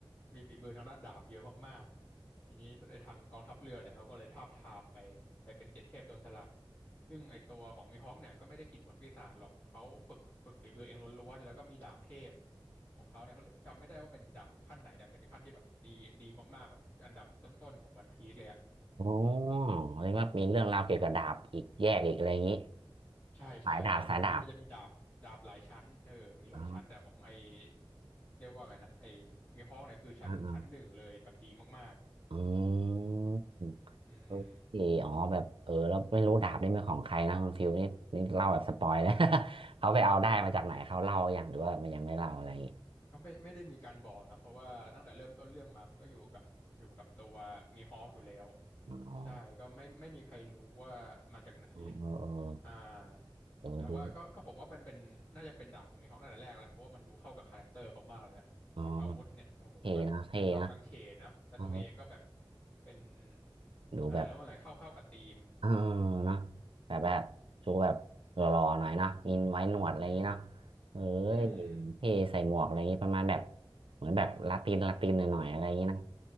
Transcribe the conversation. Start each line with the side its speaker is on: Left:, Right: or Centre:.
Left: มีฝีมือทางด้านดาบเยอะมากๆทีนี้ไอทางกองทัพเรือเนี่ยเขาก็เลยทาบทามไปไปเป็นเจ็ดเทพโจรสลัดซึ่งไอตัวของมีฮอคเนี่ยก็ไม่ได้กินผลปีศาจหรอกเขาฝึกฝึกฝีมือเองล้วนๆแล้วก็มีดาบเทพของเขาเนี่ยเขาจำไม่ได้ว่าเป็นดาบขั้นไหนแต่เป็นขั้นที่แบบดีดีมากๆแบบอันดับต้นๆของวันพีซเลยอะ
Right: อ๋อเรียกว่ามีเรื่องราวเกี่ยวกับดาบอีกแยกอีกอะไรอย่างนี้
Left: ใช่ใช่วันพีซมันจะมีดาบดาบหลายชั้นเออมีหลายชั้นแต่ของไอ
Right: สายดาบสายดาบอ๋อ
Left: เรียกว่าไงนะไอมีฮอคเนี่ยคือชั้นชั้นหนึ่งเลยแบบดีมาก
Right: อ่าๆอืม
Left: ๆอืม
Right: โอเคอ๋อแบบเออแล้วไม่รู้ดาบนี่เป็นของใครนะคุณฟิวนี่นี่เล่าแบบสปอยนะ <laughs> เขาไปเอาได้มาจากไหนเขาเล่าอยังหรือว่ามันยังไม่เล่าอะไรอย่างงี้
Left: ก็ไม่ไม่ได้มีการบอกนะเพราะว่าตั้งแต่เริ่มต้นเรื่องมามันก็อยู่กับอยู่กับตัวมีฮอคอยู่แล้ว
Right: อ๋อ
Left: ใช่ก็ไม่ไม่มีใครรู้ว่ามาจากไหน
Right: เออเออเออ
Left: อ่า
Right: เออดู
Left: แต่ว่าก็ก็ผมว่ามันเป็นน่าจะเป็นดาบของมีฮอคตั้งแต่แรกแล้วเพราะว่ามันดูเข้ากับคาแรคเตอร์เขามากเลยนะแบบอาวุธเนี่ยโอ้โหแบบเป็นดาบกางเขนเนาะแล้วตัวเองก็แบบ
Right: อ๋อเท่นะเท่นะเออ
Left: เป็น
Right: ดูแบบ
Left: อ่าแล้วว่าไงเข้าเข้ากับธีม
Right: เออนะแต่แบบชูแบบหล่อๆหน่อยนะมีไว้หนวดอะไรอย่างนี้นะ
Left: อืม
Right: เอ้ย
Left: อืม
Right: เท่ใส่หมวกอะไรอย่างนี้ประมาณแบบเหมือนแบบลาตินลาตินหน่อยๆอะไรอย่างนี้นะ